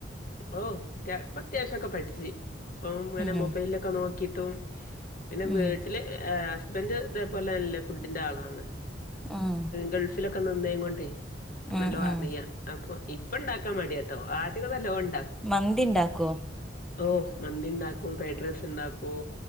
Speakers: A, on the left (about 50°); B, in the centre.
A: ഓഹ് പ്പൊ അത്യാവശ്യക്കെ പഠിച്ഇപ്പം ഇങ്ങനെ
B: ഉം
A: മൊബൈലിലൊക്കെ നോക്കിട്ടും പിന്നെ
B: ഉം
A: വീട്ടില് ഹസ്ബന്റ് ഇതേപോലെല്ലേ ഫുഡിന്റെ ആളാണ്
B: ഉം
A: ഗൾഫ് ലോക്കെ നിന്നേ കൊണ്ടേ
B: ഉം
A: നല്ലോ
B: ഉം
A: അറിയാം അപ്പൊ ഇപ്പ ണ്ടാക്കാൻ മടിയ ട്ടോ ആദ്യ <unintelligible>
B: മന്തി ഇണ്ടാക്കോ
A: ഓഹ് മന്തി ഉണ്ടാക്കും പേഡ്രൈസ് ണ്ടാക്കും